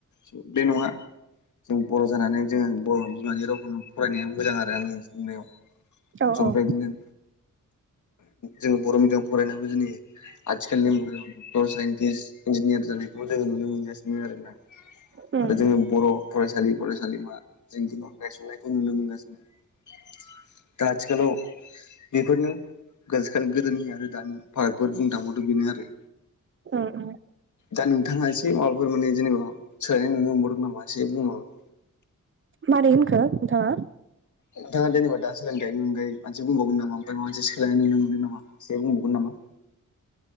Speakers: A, on the left; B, on the right.
A: सो बे नङा जों बर' जानानै जोङो बर' बिमानि रावखौनो फरायनाया मोजां आरो आंनि साननायाव
B: औ
A: सम
B: औ
A: बायदिनो जोङो बर' मिडियामाव फरायनाबो जोंनि आथिखालनि मुगायाव डक्टर साइन थिस इन्जिनियार जानायखौबो जोङो नुनो मोनगासिनो आरोना
B: उम
A: आरो जोङो बर' फरायसालि फरायसालिमा जों गोबां गायसननायखौ नुनो मोनगासिनो दा आथिखालाव बेफोरनो गोजोखान गोदोनि आरो दानि भारतफोर बुंनो थांबावदों बेनो आरो
B: उम। उम
A: दा नोंथाङा एसे माबाफोर माने जेनेबा सोलायनाय नुनो मोनबावदों नामा एसे बुंबाव
B: मारै होनखो नोंथाङा?
A: नोंथाङा जेनेबा दा सोलोंथाइनि अनगायै मोनसे बुंबावोन नामा आमफ्राय माबा मोनसे सोलायनाय नुनो मोनदों नामा एसे बुंबावगोन नामा?